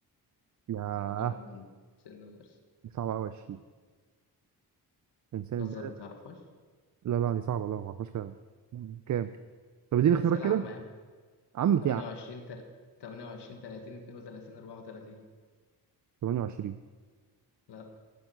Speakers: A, on the right; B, on the left.
A: ياه
B: عنده كام سنة وضرس
A: دي صعبه قوي 20 انسان
B: تهزر
A: البلد
B: ما تعرفهاش
A: لا لا دي صعبه لا ما اعرفهاش فعلا كام طب اديني
B: ده
A: اختيارات
B: اسئلة
A: كده
B: عامة يا عم
A: عم
B: 28
A: يا عم
B: تل... 28 30 32 34
A: 28
B: لا